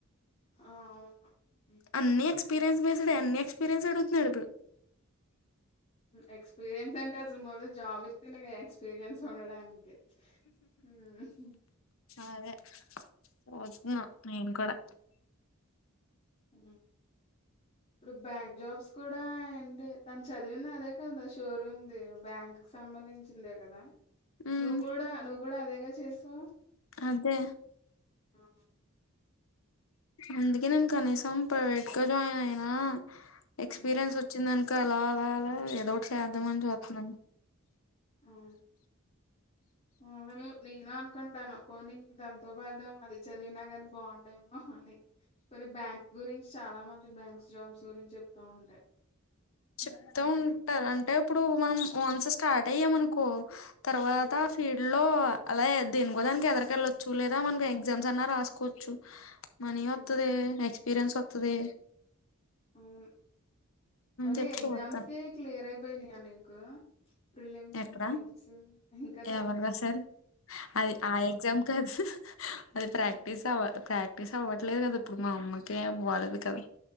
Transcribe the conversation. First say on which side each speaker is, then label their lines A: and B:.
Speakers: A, on the left (about 30°); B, on the left (about 70°).
A: ఆ అవు
B: అన్ని ఎక్స్పీరియన్స్ బేస్డ్ే అన్ని ఎక్స్పీరియన్స్ అడుగుతున్నాడు ఇప్పుడు
A: ఎక్స్పీరియన్స్ అంటే అసలు ముందు జాబ్ ఇస్తిన ఎక్స్పీరియన్స్ ఉండడానికి హ
B: అదే పోతున్నాం నేను కూడా
A: అ ఇప్పుడు బ్యాంక్ జాబ్స్ కూడా ఏంటి తన చదివింది అదే కదా షోరూమ్ది బ్యాంక్ సంబంధించ ంచిందే కదా
B: ఉమ్,
A: నువ్వు కూడా నువ్వు కూడా అదేగా చేసావు
B: అదే
A: ఆ
B: అందుకే నేను కనీసం ప్రైవేట్ గా జాయిన్ అయినా ఎక్స్పీరియన్స్
A: హ్మ్.
B: వచ్చిందను ఇంకా అలా అలా అలా ఏదో ఒకటి చేద్దామని చూస్తున్నాం
A: ఆ అ నేను అనుకుంటాను పోనీ తనతో పాటు అది చదివినా కానీ బాగుండేమో అని కొన్ని బ్యాంక్స్ గురించి చాలా మంది బ్యాంక్స్ జాబ్స్ గురించి చెప్తా ఉంటాయి హ్మ్.
B: చెప్తూ ఉంటారు
A: హ్మ్.
B: అంటే ఇప్పుడు మనం ఓన్స్ స్టార్ట్ అయ్యాంనుకో తర్వాత
A: హ్మ్.
B: ఫీల్డ్ లో అలా దీని కూడా దానికి ఎదరికెళ్ళొచ్చు లేదా మనకి ఎగ్జామ్స్ అన్నా రాసుకోవచ్చు మనీ
A: హ్మ్.
B: వస్తుది ఎక్స్పీరియన్స్ వస్తుది
A: అవును మరి
B: చెప్పి
A: ఎగ్జామ్స్కి
B: చూస్తాను
A: క్లియర్ అయిపోయినాయా నీకు ప్రిలిమ్స్
B: ఎక్కడ
A: మెయిన్స్ ఇంకా చాలా
B: ఎవరు రాసారు అది ఆ ఎగ్జామ్ కాదు అది ప్రాక్టీస్
A: హ్మ్.
B: అవ ప్రాక్టీస్ అవ్వట్లేదు కదా ఇప్పుడు మా అమ్మకే బాలలేదు కదా